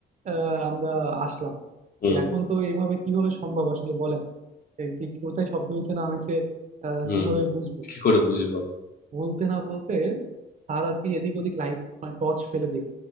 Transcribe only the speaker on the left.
হুম
হুম
কি করে বুঝবো